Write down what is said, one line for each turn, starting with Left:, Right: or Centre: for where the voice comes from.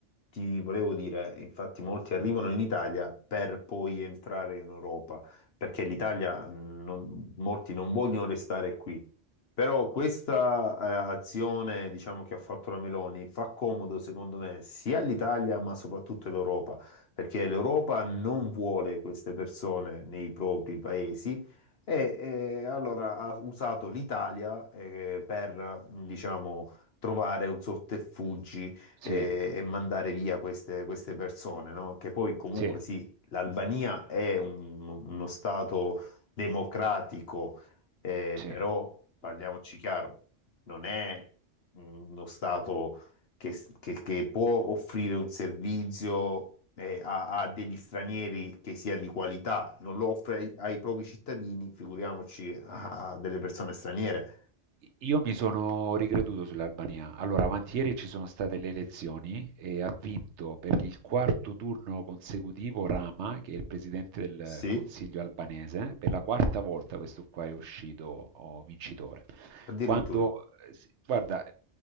Left: ti volevo dire, infatti molti arrivano in Italia per poi entrare in Europa, perché l'Italia, mh, non- molti non vogliono restare qui. Però questa, eh, azione, diciamo, che ha fatto la Meloni fa comodo, secondo me, sia all'Italia, ma soprattutto all'Europa, perché l'Europa non vuole queste persone nei propri paesi. E, eh, allora ha usato l'Italia, eh, per, diciamo, trovare un sortefuggi
Right: Sì,
Left: eh, e, mandare via queste, queste persone, no? Che poi comunque
Right: sì,
Left: sì, l'Albania è un- uno stato democratico, eh,
Right: sì.
Left: però parliamoci chiaro, non è uno stato che, che- che può offrire un servizio eh, a, a degli stranieri che sia di qualità, non lo offre ai, ai propri cittadini, figuriamoci a, a delle persone straniere.
Right: I- Io mi sono ricreduto sull'Albania. Allora, avanti ieri ci sono state le elezioni e ha vinto per il quarto turno consecutivo Rama, che è il presidente del
Left: Sì,
Right: Consiglio albanese. Per la quarta volta questo qua è uscito oh, vincitore.
Left: addirittura.
Right: Quando, eh, s- guarda,